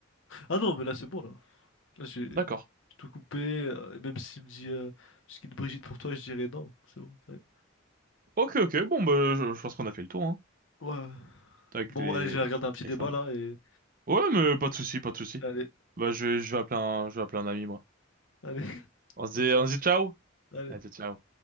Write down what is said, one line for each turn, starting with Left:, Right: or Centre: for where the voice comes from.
Left: Ah non, mais là c'est bon là. Là j'ai
Right: D'accord.
Left: j'ai tout coupé. euh, et même s'il me dit euh, ce qu'il Brigitte pour toi, je dirais non. C'est bon, ça y est.
Right: Ok, ok. Bon, bah, je, je pense qu'on a fait le tour, hein,
Left: Ouais. ouais.
Right: avec
Left: Bon,
Right: les
Left: ouais, allez, je vais regarder un petit
Right: les
Left: débat
Right: fans.
Left: là et
Right: Ouais, mais pas de souci, pas de souci.
Left: allez,
Right: Bah, je, je vais appeler un, je vais appeler un ami moi.
Left: allez, <laughs>
Right: On se
Left: bonne
Right: dit,
Left: soirée.
Right: on se dit ciao.
Left: Allez.
Right: Allez, ciao.